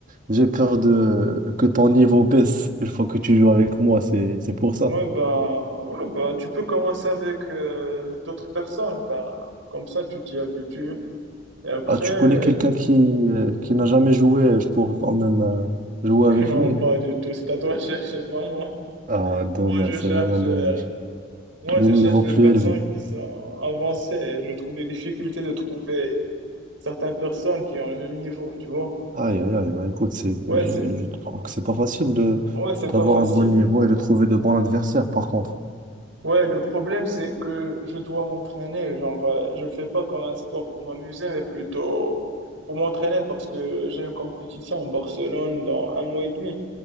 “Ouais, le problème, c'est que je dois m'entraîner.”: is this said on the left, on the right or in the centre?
Right